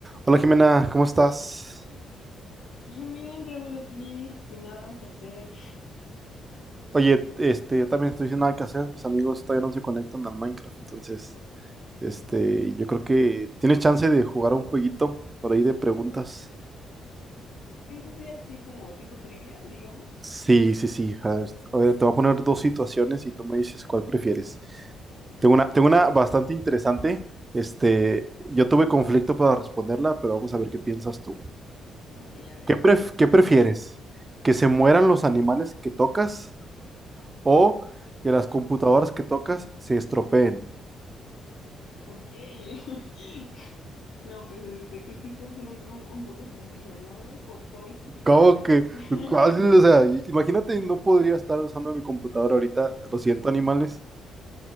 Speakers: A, on the right; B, on the left.
A: Hola Jimena, ¿cómo estás?
B: Bien, bien, Raúl aquí, sin nada que hacer.
A: Oye, este, yo también estoy sin nada que hacer, mis amigos todavía no se conectan al Minecraft, entonces, este, yo creo que tienes chance de jugar un jueguito por ahí de preguntas.
B: Sí, sí, sí, así como tipo trivia, digamos.
A: Sí, sí, sí, a ver, a ver, te voy a poner dos situaciones y tú me dices cuál prefieres. Tengo una, tengo una bastante interesante, este, yo tuve conflicto para responderla, pero vamos a ver qué piensas tú.
B: Ok, a ver.
A: ¿Qué pref- qué prefieres? ¿Que se mueran los animales que tocas o que las computadoras que tocas se estropeen.
B: Ok. <laughs> No, pues este, creo que esta es un, un, un poco sencilla, ¿no? Po- pobrecitos
A: ¿Cómo
B: animales.
A: que?
B: <laughs>
A: ¿Cuál? O sea, i- imagínate, no podría estar usando mi computadora ahorita. Lo siento, animales.